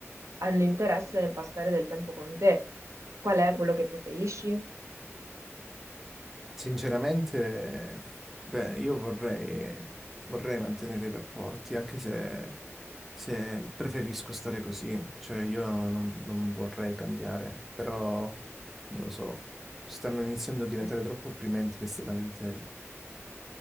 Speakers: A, on the right; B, in the centre.
A: hanno interesse nel passare del tempo con te. Qual è quello che preferisci?
B: Sinceramente, beh, io vorrei, vorrei mantenere i rapporti, anche se, se preferisco stare così, cioè io non, non vorrei cambiare, però non lo so, stanno iniziando a diventare
A: Eh.
B: troppo opprimenti queste lamentele.